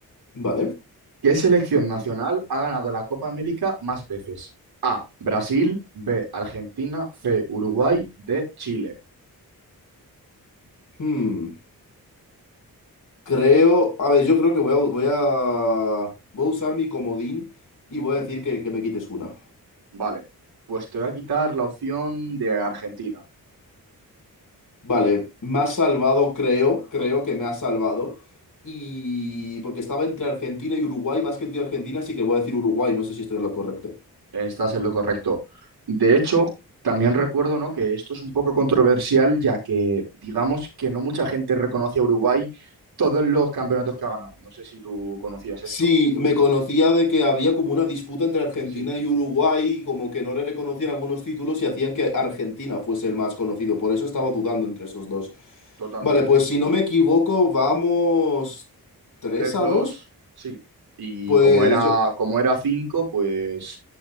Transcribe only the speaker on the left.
Vale.
Hmm. Creo, a ver, yo creo que voy a, voy a, voy a usar mi comodín y voy
a decir que, que me quites una.
Vale, me ha salvado, creo, creo que me ha salvado. Y porque estaba entre Argentina y Uruguay, más que entre Argentina, así que voy a decir Uruguay, no sé si estoy en lo correcto.
Sí, me conocía de que había como una disputa entre Argentina
y Uruguay, como que no le reconocían algunos títulos y hacían que Argentina fuese el más conocido, por eso estaba dudando entre esos dos.
Vale, pues si no me equivoco, vamos tres
a
dos
Pues
yo,